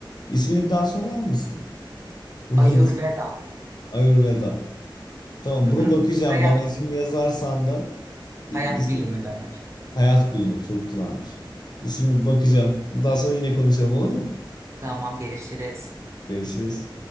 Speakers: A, on the left (about 55°); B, on the right (about 35°).
A: ismini bir daha söyler misin? Bu
B: Ayurveda.
A: Hint, Ayurveda. Tamam
B: Hı
A: bunu
B: hı.
A: bakacağım.
B: Hayat
A: Bana ismini
B: bilimi.
A: yazarsan da i-
B: Hayat
A: ismi
B: bilimi demek.
A: Hayat Bilimi çok güzelmiş. İsmini bakacağım. Daha sonra yine konuşalım olur mu?
B: Tamam görüşürüz.
A: Görüşürüz.